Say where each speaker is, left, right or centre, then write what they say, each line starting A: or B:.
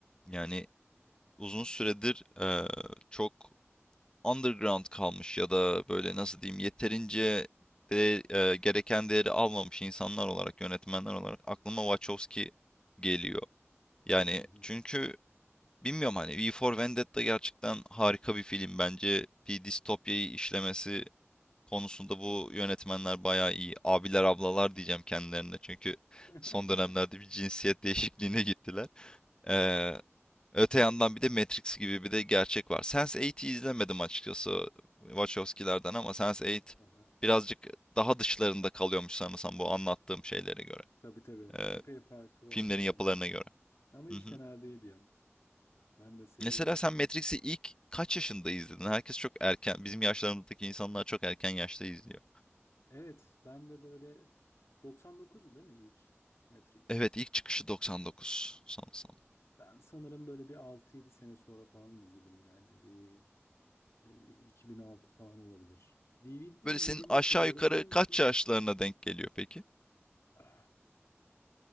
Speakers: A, on the left (about 20°); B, on the left (about 80°).
A: Yani uzun süredir eee, çok underground kalmış ya da böyle nasıl diyeyim yeterince de, eee, gereken değeri almamış insanlar olarak, yönetmenler olarak aklıma Wachowski geliyor. Yani
B: Hı hı.
A: çünkü bilmiyorum hani V for Vendetta gerçekten harika bir film. Bence bir distopyayı işlemesi konusunda bu yönetmenler bayağı iyi. Abiler ablalar diyeceğim kendilerine çünkü
B: <laughs>
A: son dönemlerde bir cinsiyet değişikliğine gittiler. Eee, Öte yandan bir de Matrix gibi bir de gerçek var. Sense8'i izlemedim açıkçası Wachowski'lerden ama sense Eight
B: Aha.
A: birazcık daha dışlarında kalıyormuş sanırsam bu anlattığım şeylere göre.
B: Tabii tabii.
A: Ee,
B: Epey farklı
A: filmlerin
B: onlardan.
A: yapılarına göre.
B: Ama hiç
A: Hı hı.
B: fena değil ya. Ben de seviyorum.
A: Mesela sen Matrix'i ilk kaç yaşında izledin? Herkes çok erken, bizim yaşlarımızdaki insanlar çok erken yaşta izliyor.
B: Evet, ben de böyle 99'u değil mi ilk Matrix?
A: Evet, ilk çıkışı 99 sanırsam.
B: Ben sanırım böyle bir 6-7 sene sonra falan izledim yani. Bir ne bileyim 2006 falan olabilir. DVD'de
A: Böyle
B: izlediğimi
A: senin aşağı
B: hatırlıyorum.
A: yukarı
B: Benim
A: kaç
B: için
A: yaşlarına denk geliyor peki?
B: ah,